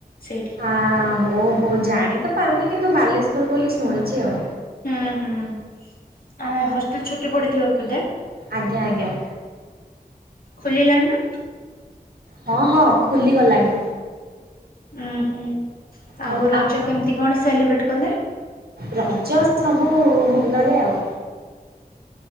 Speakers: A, on the left (about 65°); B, on the right (about 80°).
A: ସେଇଠି।
B: ହାଁ ହୋ ହୋଉ ଜାଣି ତ ପାରୁନି କିନ୍ତୁ ବାଲେଶ୍ଵର ବୋଲି ଶୁଣିଛି ଆଉ।
A: ହୁଁ ହୁଁ ଆ ହଷ୍ଟେଲ ଛୁଟି ପଡ଼ିଥିବା ବୋଧେ।
B: ଆଜ୍ଞା ଆଜ୍ଞା।
A: ଖୋଲିଲାଣି ନା।
B: ହଁ ହଁ ଖୁଲି ଗଲାଣି।
A: ଉଁ ହୁଁ ଆଉ
B: ହଁ
A: ରଜ
B: ଆପଣ
A: କେମିତି କଣ ସେଲିବ୍ରେଟ କଲେ?
B: ରଜ ସବୁ ଭଲରେ ଆଉ।